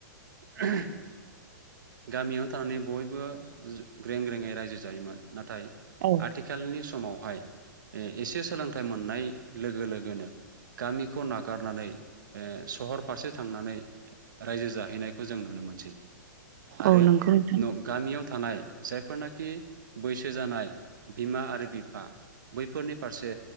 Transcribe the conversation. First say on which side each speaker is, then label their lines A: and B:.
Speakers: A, on the right; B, on the right.
A: <inaudible> गामियावनो थानानै बयबो ग्रें ग्रेेंङै रायजो जायोमोन नाथाय नाथाय
B: औ
A: आथिखालनि समाव बेवहाय एसे सोलोंथाइ मोननाय लोगो लोगोनो गामिखौ नागारनानै ओ सहर फारसे थांनानै रायजो जाहैनायखौ जों नुनो मोनसै
B: औ
A: आरो
B: नंगौ नोंथां
A: गामियाव थानाय जायफोरनाखि बैसो जानाय बिमा आरो बिफा बैफोरनि फारसे